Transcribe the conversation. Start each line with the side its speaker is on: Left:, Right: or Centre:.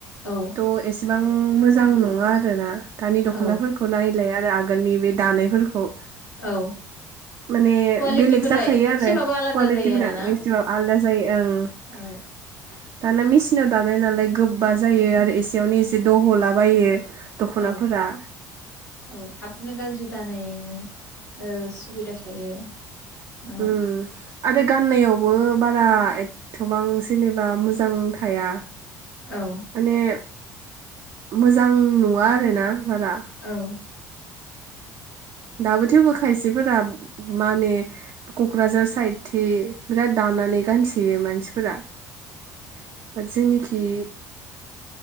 Left: औ
Right: थ' एसेबां मोजां नङा आरो ना दानि
Left: औ
Right: दख'नाफोरखौ नाय बिलाय आरो आगोलनि बे दानायफोरखौ
Left: औ
Right: माने
Left: कुवालिटिफोरा
Right: बेलेग जाखायो
Left: एसेबाबो
Right: आरो
Left: आलादा
Right: कुवालिटिफ्रा
Left: जायो आरोना
Right: एसेबां आलदा जायो ओं
Left: औ
Right: <inaudible> दाना मेसिनाव दानाय नालाय गोबा जायो आरो एसेयावनो एसे दह'लाबायो दख'नाफोरा
Left: औ औ थाबनो गाज्रि जानायनि सुबिदा थायो औ
Right: उ आरो गाननायावबो बो बारा एथबां जेनेबा मोजां थाया
Left: औ
Right: माने मोजां नुवा आरो ना बारा
Left: औ
Right: दाबो थेवबो खायसेफोरा मा होनो क'क्राझार साइद थिं बिराद दानानै गानसोयो मानसिफोरा बाट जोंनिखि